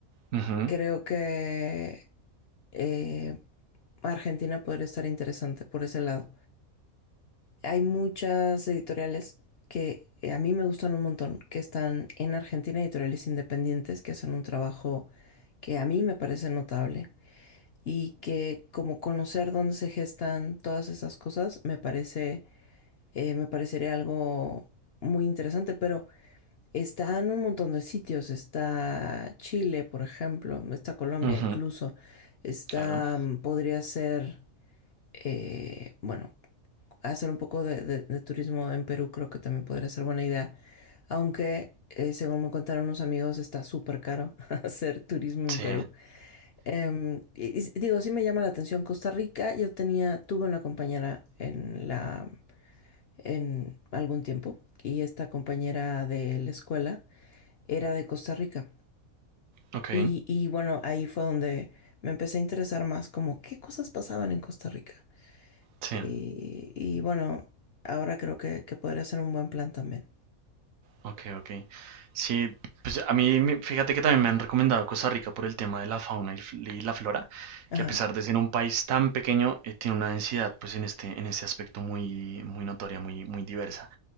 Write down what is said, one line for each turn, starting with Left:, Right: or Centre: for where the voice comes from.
Right: Ujú,
Left: creo que eh, Argentina podría estar interesante por ese lado. Hay muchas editoriales que eh, a mí me gustan un montón, que están en Argentina, editoriales independientes que hacen un trabajo que a mí me parece notable y que como conocer dónde se gestan todas esas cosas me parece, eh, me parecería algo muy interesante, pero está en un montón de sitios, está Chile, por ejemplo, está Colombia
Right: ujú,
Left: incluso, está,
Right: claro.
Left: mm, podría ser eh, bueno, hacer un poco de, de- de turismo en Perú creo que también podría ser buena idea, aunque eh, según me contaron unos amigos está súper caro <laughs> hacer turismo en
Right: Sí,
Left: Perú. Em, y, y digo, sí me llama la atención Costa Rica, yo tenía, tuve una compañera en la, en algún tiempo y esta compañera de la escuela era de Costa Rica.
Right: ok,
Left: Y, y bueno, ahí fue donde me empecé a interesar más como qué cosas pasaban en Costa Rica.
Right: sí.
Left: Y, y bueno, ahora creo que, que podría ser un buen plan también.
Right: Ok, ok. Sí, pues a mí, me- fíjate que también me han recomendado Costa Rica por el tema de la fauna y f- y la flora,
Left: Ajá.
Right: que a pesar de ser un país tan pequeño, eh, tiene una densidad, pues en este, en ese aspecto muy, muy notoria, muy, muy diversa.